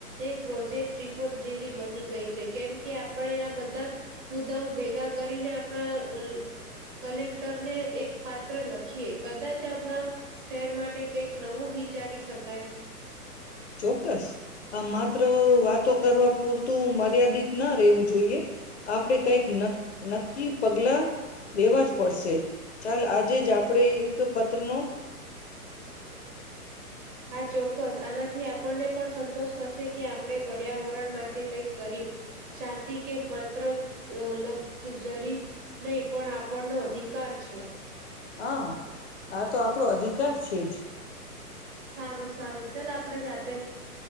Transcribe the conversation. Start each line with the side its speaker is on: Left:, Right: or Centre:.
Right: એક પ્રોજેક્ટ રિપોર્ટ જેવી બની ગઈ છે કેમ કે આપણે આ બધ ધા મુદ્દાઓ ભેગા કરીને આપણા અ કલેક્ટર ને એક પાત્ર લખીએ કદાચ આપણા શહેર માટે કંઈક નવું વિ ચારી શકાય.
Left: ચોક્કસ. આ માત્ર વાતો કરવા પૂર તું મર્યાદિત ન રહેવું જોઈએ. આપણે કંઈક ન નક્કી પગલા લેવા જ પડશે ચાલ આજે જ આપણેે પતનું
Right: હા ચોક્કસ આનાથી આપ આપણને પણ સંતોષ થશે કે આપણે પર્યાવરણ માટે કંઈક કર્યું. શાંતિ કે માત્ર લકજરી નહીં, પણ આપણનો અધિકાર છે.
Left: હા, આ તો આપણો અધિકાર છે. તે જ.
Right: સારું, સારું. ચાલ આપડે રાત્રે.